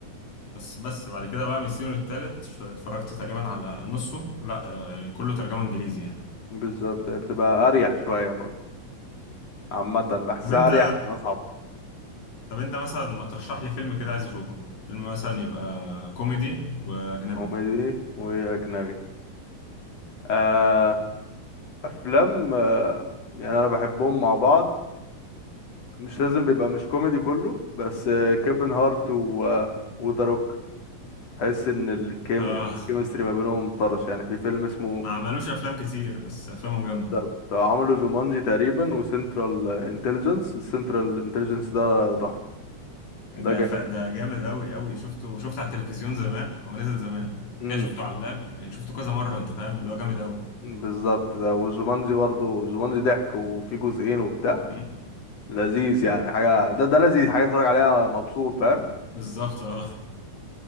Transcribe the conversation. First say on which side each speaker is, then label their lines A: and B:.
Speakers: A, on the left; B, on the left.
A: بس بس بعد كده بقى من السيزون التالت ش- اتفرجت تقريبا على نصه لا آه، كله ترجمه انجليزي يعني
B: بالظبط بتبقى اريح شوية برضه عامة بحسها
A: طب انت
B: اريح مش اصعب
A: طب انت مثلا ما ترشح لي فيلم كده عايز اشوفه فيلم مثلا يبقى كوميدي واجنبي
B: كوميدي واجنبي آه افلام آه يعني انا بحبهم مع بعض مش لازم بيبقى مش كوميدي كله بس آه، كيفن هارت و آه، وذا روك حس ان الكيم
A: امم
B: الكيمستري ما بينهم طرش يعني في فيلم اسمه
A: ما عملوش افلام كتير بس افلامهم جامده
B: ده بتاع- عملوا جومانجي تقريبا وسنترال انتليجنس السنترال انتليجنس ده تحفة
A: ده
B: ده جامد
A: ف... ده جامد قوي قوي شفته شفته على التلفزيون زمان هو نزل زمان
B: امم
A: كده شفته على اللاب يعني شفته كذا مره انت فاهم اللي هو جامد قوي
B: بالظبط ده وجومانجي برضو جومانجي ضحك وفي جزئين وبتاع
A: <laughs>
B: لذيذ يعني حاجة ده ده لذيذ حاجة اتفرج عليها مبسوط فاهم
A: بالظبط اه